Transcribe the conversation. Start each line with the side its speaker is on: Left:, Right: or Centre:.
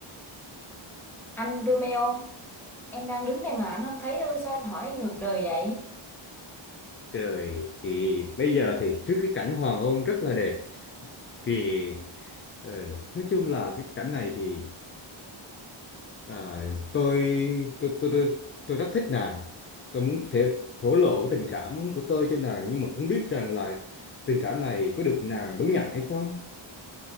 Centre: Anh Romeo, em đang đứng đây mà anh không thấy ư, sao anh hỏi ngược đời vậy?
Left: Trời thì bây giờ thì trước cái cảnh hoàng hôn rất là đẹp thì ờ, nói chung là cái cảnh này thì à, tôi, tôi tôi tôi tôi rất thích nàng. Tôi muốn thể thổ lộ cái tình cảm của tôi cho nàng nhưng mà không biết rằng là tình cảm này có được nàng đón nhận hay không.